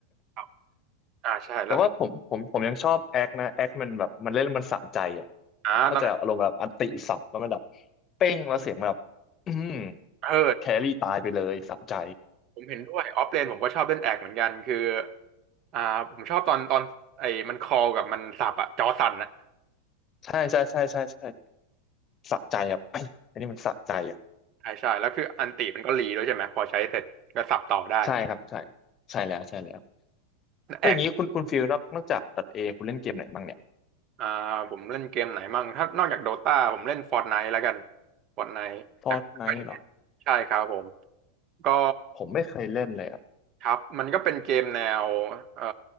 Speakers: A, on the right (about 45°); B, on the left (about 35°).
A: ครับอ่าใช่แล้ว
B: <laughs> แต่ว่าผมผมผมยังชอบแอคนะแอคมันแบบมันเล่นแล้วมันสะใจอ่ะ
A: อ่าตอน
B: เข้าใจอารมณ์แบบอันติสับแล้วมันแบบเป้งแล้วเสียงแบบอืม
A: เออ
B: แครี่ตายไปเลยสะใจ
A: ผมเห็นด้วยออฟเลนผมก็ชอบเล่นแอกเหมือนกันคืออ่าผมชอบตอนตอนไอ้มันคอลกับมันสับอะจอสั่นอะ
B: ใช่ ใช่ใช่ใช่ใช่สะใจอ่ะไอยอันนี้มันสะใจอ่ะ
A: ใช่ใช่แล้วคืออันติมันก็รีด้วยใช่ไหม พอใช้เสร็จก็สับต่อได้
B: ใช่ครับ ใช่ ใช่แล้วใช่แล้วแล้วอย่างนี้คุณคุณฟิลนอกนอกจากตัดเองคุณเล่นเกมไหนบ้างเนี่ย
A: แอกอ่าผมเล่นเกมไหนมั่งถ้านอกจากโดตาผมเล่นฟอร์ n ไน e แล้วกันฟอร์ n ไน e
B: ฟอร์ตไนท์เหรอ
A: แต่ก็ไม่ได้เล่นใช่ครับผม ก็
B: ผมไม่เคยเล่นเลยอ่ะ
A: ครับมันก็เป็นเกมแนวเอ่อ